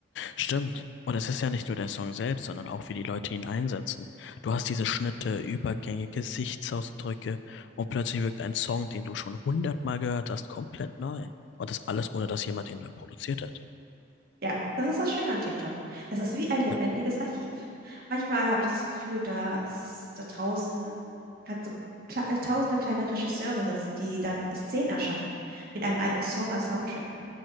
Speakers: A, on the left; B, on the right.
A: Stimmt. Und es ist ja nicht nur der Song selbst, sondern auch, wie die Leute ihn einsetzen. Du hast diese Schnitte, Übergänge, Gesichtsausdrücke und plötzlich wirkt ein Song, den du schon hundertmal gehört hast, komplett neu. Und das alles, ohne dass jemand ihn neu produziert hätte.
B: Ja, das ist das Schöne an TikTok. Es ist wie ein lebendiges
A: Ja.
B: Archiv. Manchmal habe ich das Gefühl, dass da draußen halt so kle äh, tausende kleine Regisseure sitzen, die dann Szenen erschaffen mit einem alten Song als Soundtrack.